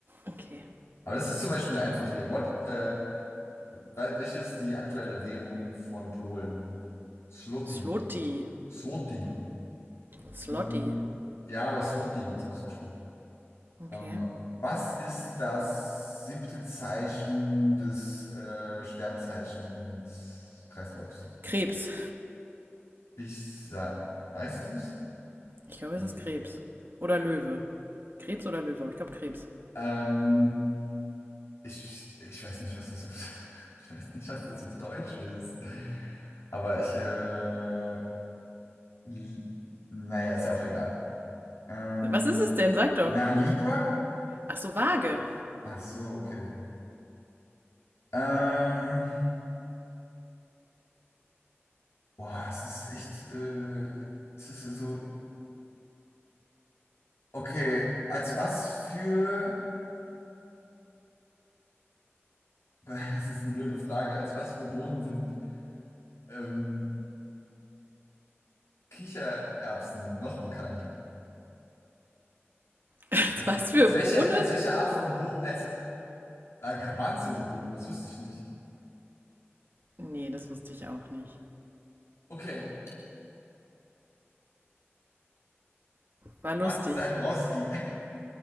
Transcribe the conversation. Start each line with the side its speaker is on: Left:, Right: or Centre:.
Right: Okay.
Left: Aber das ist zum Beispiel einfach hier. What, äh, wel- welche ist die aktuelle Währung von Polen? Zloty.
Right: Slotti.
Left: Zloty.
Right: Slotti.
Left: Mhm. Ja, aber Zloty wird es ausgesprochen.
Right: Okay.
Left: Ähm, was ist das siebte Zeichen des äh, Sternzeichens Kreislaufs?
Right: Krebs.
Left: Ich sag, weißt du's?
Right: Ich glaube,
Left: Also,
Right: es ist Krebs. Oder Löwe. Krebs oder Löwe, aber ich glaube Krebs.
Left: ähm, ich, ich weiß nicht, was das auf, <laughs> ich weiß nicht, was das auf Deutsch ist. Aber ich, äh, li- naja, ist ja auch egal. Ähm,
Right: Was ist es denn? Sag doch.
Left: na, Libra?
Right: Ach so, Waage.
Left: Ach so, okay. Ähm, boah, es ist echt, äh, es ist ja so, okay, als was für, <laughs> das ist eine blöde Frage, als was für Bohnen sind, ähm, Kichererbsen noch bekannt?
Right: <laughs>
Left: Als,
Right: Was
Left: als
Right: für Bohnen?
Left: welche, als welche Art von Bo, als äh, Garbanzo-Boden, das wusste ich nicht.
Right: Nee, das wusste ich auch nicht.
Left: Okay,
Right: War lustig.
Left: was ist ein Rosti? <laughs>